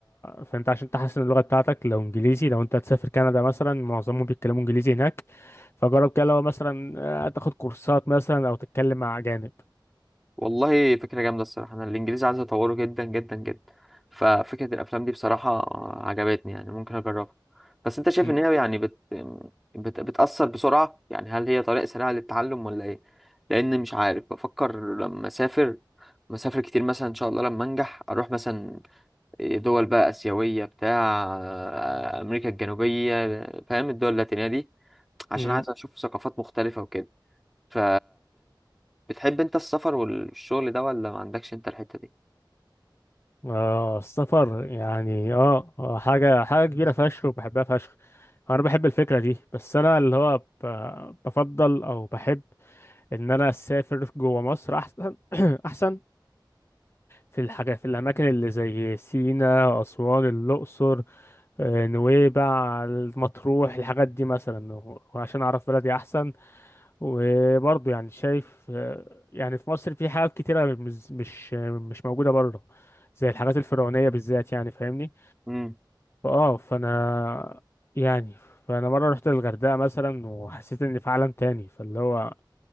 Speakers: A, on the left; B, in the centre.
A: فانت عشان تحسن اللغه بتاعتك لو انجليزي لو انت هتسافر كندا مثلا معظمهم بيتكلموا انجليزي هناك فجرب كده لو مثلا آه، تاخد كورسات مثلا او تتكلم مع اجانب
B: والله فكرة جامدة الصراحة أنا الإنجليزي عايز أطوره جدا جدا جدا ففكرة الأفلام دي بصراحة عجبتني يعني ممكن أجربها بس أنت شايف
A: مم.
B: إن هي يعني بت... بت... بتأثر بسرعة يعني هل هي طريقة سريعة للتعلم ولا إيه؟ لأن مش عارف بفكر لما أسافر مسافر كتير مثلا إن شاء الله لما أنجح أروح مثلا دول بقى آسيوية بتاع آه، أمريكا الجنوبية فاهم الدول اللاتينية دي عشان
A: مم.
B: عايز أشوف ثقافات مختلفة وكده ف بتحب أنت السفر والشغل ده ولا ما عندكش أنت الحتة دي؟
A: اه السفر يعني اه آه، حاجه حاجه كبيره فشخ وبحبها فشخ انا بحب الفكره دي بس انا اللي هو ب... بفضل او بحب ان انا اسافر جوه مصر احسن <clears throat> احسن في الحاجة في الأماكن اللي زي سينا أسوان الأقصر آه، نويبع المطروح الحاجات دي مثلا و- وعشان أعرف بلدي أحسن وبرضه يعني شايف آه، يعني في مصر في حاجات كتيرة مش مش مش موجودة بره زي الحاجات الفرعونية بالذات يعني فاهمني
B: مم.
A: فأه فأنا يعني فأنا مرة رحت الغردقة مثلا وحسيت إني في عالم تاني فاللي هو